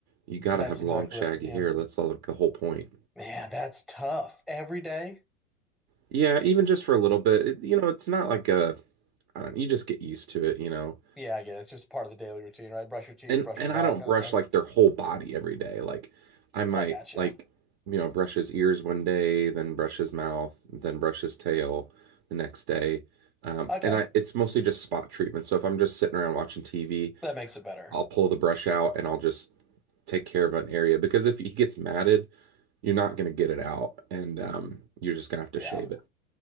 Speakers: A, on the right; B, in the centre.
A: you gotta
B: That's
A: have long,
B: exactly
A: shaggy
B: what. Yeah.
A: hair. That's like the whole point.
B: Yeah. That's tough. Every day.
A: Yeah, even just for a little bit. It, you know, it's not like a, I don't, you just get used to it, you know.
B: Yeah, I get it. It's just part of the daily routine, right? Brush your teeth,
A: and
B: brush
A: and
B: the dog,
A: I don't
B: kind
A: brush
B: of thing.
A: like their whole body every day. Like I might
B: I gotcha.
A: like you know brush his ears one day, then brush his mouth, then brush his tail the next day. Um,
B: Okay,
A: and I it's mostly just spot treatment. So if I'm just sitting around watching TV,
B: that makes it better.
A: I'll pull the brush out and I'll just take care of an area because if he gets matted, you're not gonna get it out, and um, you're just gonna have to
B: Yeah,
A: shave it.